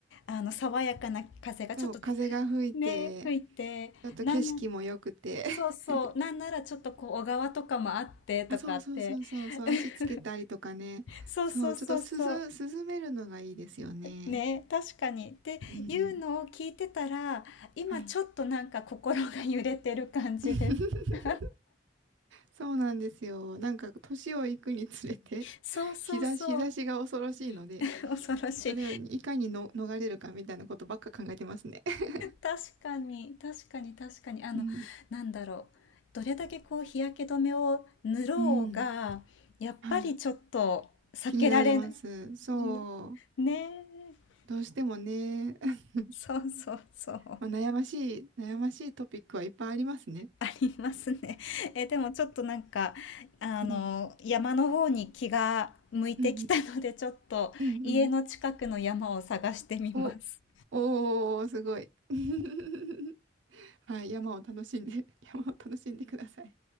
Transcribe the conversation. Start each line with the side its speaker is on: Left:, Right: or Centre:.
Left: あの、爽やかな風がちょっと
Right: そう、風が吹いて、
Left: ね、吹いて、
Right: ちょっと景色も良くて。
Left: なんなそうそう。
Right: <laughs>
Left: なんならちょっとこう、小川とかもあってとかって。
Right: あ、そうそうそうそうそう、
Left: <laughs>
Right: 足つけたりとかね。
Left: そうそうそうそう。
Right: そう、ちょっと涼、涼めるのがいいですよね。
Left: ね、確かに。っていうのを聞いてたら、
Right: うん。
Left: 今ちょっとなんか心が揺れてる感じです。
Right: はい。<laughs>
Left: <laughs>
Right: そうなんですよ。なんか年をいくにつれて
Left: そうそうそう。
Right: <laughs> 日差し、日差しが恐ろしいので、
Left: <laughs> 恐ろしい。
Right: それをいかにの逃れるかみたいなことばっか考えてますね。<laughs>
Left: 確かに、確かに、確かに。あの、
Right: うん、
Left: なんだろう。どれだけこう、日焼け止めを塗ろうが、
Right: うん、
Left: やっぱりちょっと避けられない。
Right: はい、気になります。そ
Left: うんねえ。
Right: う、どうしてもね、<laughs>
Left: そうそうそう。
Right: まあ、悩ましい、悩ましいトピックはいっぱいありますね。
Left: ありますね。<laughs> え、でもちょっとなんか、あの、
Right: うん、
Left: 山の方に気が向いてきたので、
Right: うん、うん、
Left: ちょっと家の近くの山を探してみます。
Right: うん、うん。お、おー、すごい。<laughs> はい、山を楽しんで、山を楽しんでください。